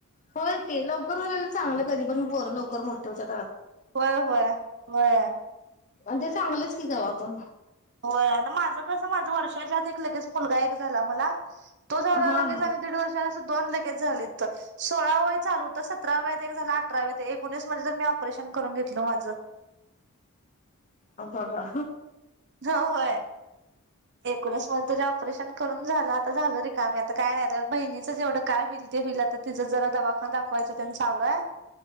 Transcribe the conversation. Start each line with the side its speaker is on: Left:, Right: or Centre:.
Left: होय ते लवकर झाला चांगलं कधी पण पोर लवकर मोठे होच्यात,
Right: होय होय होय
Left: आणि ते चांगलंच की का आपण
Right: माझं कसं माझं वर्षच्यातलं क मुलगा एक झाला मला तो जाऊे
Left: हा हा
Right: दीड वर्षा दोन लगेच झाली सोळावं वय चालू होत सतरावा वयात झालं अठरावा ते एकोणीस मध्ये तर मी ऑपरेशन, करून घेतल माझ,
Left: अ बाबा
Right: हो होय, एकोणीस मध्ये तुझे ऑपरेशन करून झालं, आता झाल रिकामी आता काय नाही, बहिणीचं जेवढं काय होईल तर तिच जरा दवाखाना दाखवायच त्यांनी चालूय